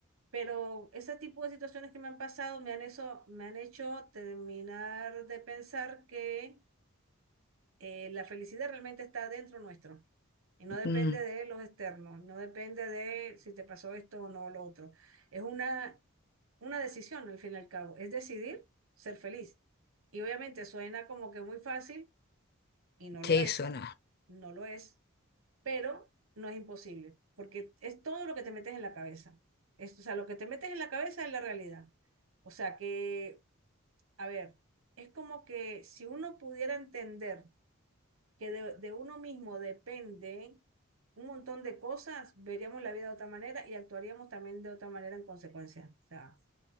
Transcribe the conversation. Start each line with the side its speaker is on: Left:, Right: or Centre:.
Right: pero ese tipo de situaciones que me han pasado me han, eso, me han hecho terminar de pensar que eh, la felicidad realmente está dentro nuestro y no depende
Left: mm,
Right: de los externos, no depende de si te pasó esto o no lo otro. Es una, una decisión al fin y al cabo, es decidir ser feliz. Y obviamente suena como que muy fácil y no
Left: sí,
Right: lo es,
Left: eso no,
Right: no lo es, pero no es imposible, porque es todo lo que te metes en la cabeza. Es, o sea, lo que te metes en la cabeza es la realidad. O sea que, a ver, es como que si uno pudiera entender que de, de uno mismo depende un montón de cosas, veríamos la vida de otra manera y actuaríamos también de otra manera en consecuencia. O sea,